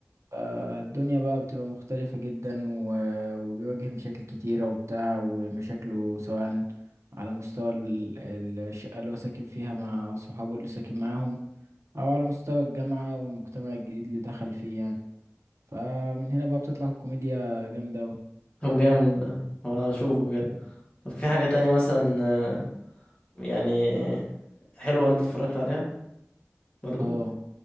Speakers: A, on the right; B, on the left.
A: آه، الدنيا بقى بتبقى مختلفة جدا و- وبيواجه مشاكل كتيرة وبتاع ومشاكله سواء على مستوى ال- ال- الشقة اللي هو ساكن فيها مع صحابه اللي ساكن معاهم أو على مستوى الجامعة والمجتمع الجديد اللي دخل فيه يعني فمن هنا بقى بتطلع كوميديا جامدة أوي
B: طب جامد ده هو اشوفه كده طب في حاجه تانية مثلا
A: نشوف.
B: آه، يعني حلوه انت اتفرجت عليها برضو
A: اه